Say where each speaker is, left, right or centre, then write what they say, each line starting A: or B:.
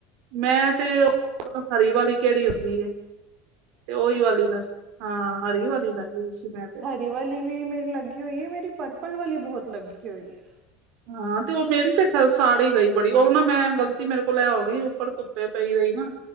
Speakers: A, on the right (about 65°); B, on the right (about 45°).
A: ਮੈਂ ਤੇ ਓ ਹਰੀ ਵਾਲੀ ਕਿਹੜੀ ਹੁੰਦੀ ਤੇ ਉਹੀ ਵਾਲੀ ਦਾ ਹਾਂ ਹਰੀ ਵਾਲੀ ਲਾਈ ਸੀ ਮੈਂ ਤੇ
B: ਏ ਵਾਲੀ ਵੀ ਮੇਰੀ ਲੱਗੀ ਹੋਈ ਹੈ, ਮੇਰੀ ਪਰਪਲ ਵਾਲੀ ਬਹੁਤ ਲੱਗੀ ਹੋਈ ਏ।
A: ਹਾਂ ਤੇ ਉਹ ਮੇਰੀ ਤੇ ਸਾੜ ਹੀ ਗਈ ਬੜੀ ਉਹ ਨਾ ਮੈਂ ਗਲਤੀ ਤੀ ਮੇਰੇ ਕੋਲ ਏ ਹੋ ਗਈ ਉੱਪਰ ਧੁੱਪੇ ਪਈ ਰਈ ਨਾ।